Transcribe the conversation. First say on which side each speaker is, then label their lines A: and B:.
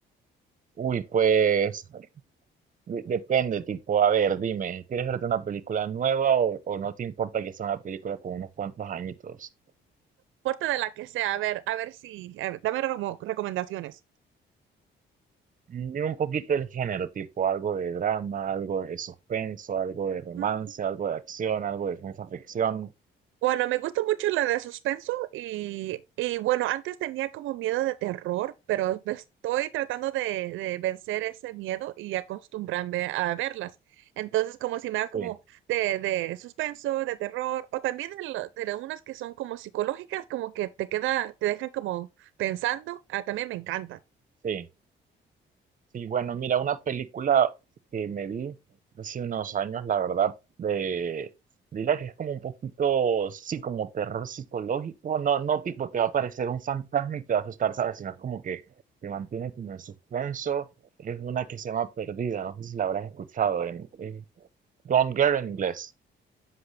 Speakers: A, on the right (about 40°); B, on the right (about 80°).
A: Uy, pues de- depende, tipo, a ver, dime, ¿quieres verte una película nueva o, o no te importa que sea una película con unos cuantos añitos?
B: Porta de la que sea, a ver, a ver si, a ver, dame como recomendaciones.
A: Mm, Dime un poquito el género, tipo, algo de drama, algo de suspenso, algo de romance,
B: Mm,
A: algo de acción, algo de ciencia ficción.
B: Bueno, me gusta mucho la de suspenso y, y bueno, antes tenía como miedo de terror, pero me estoy tratando de, de vencer ese miedo y acostumbrarme a verlas. Entonces, como si me das como
A: Sí,
B: de, de suspenso, de terror, o también de, lo- de unas que son como psicológicas, como que te queda, te dejan como pensando, ah, también me encantan.
A: sí. Sí, bueno, mira, una película que me vi hace unos años, la verdad, de, diría que es como un poquito, sí, como terror psicológico, no, no tipo te va a aparecer un fantasma y te va a asustar, ¿sabes? Sino es como que te mantiene como en suspenso, es una que se llama Perdida, no sé si la habrás escuchado, en, en Gone Girl en inglés,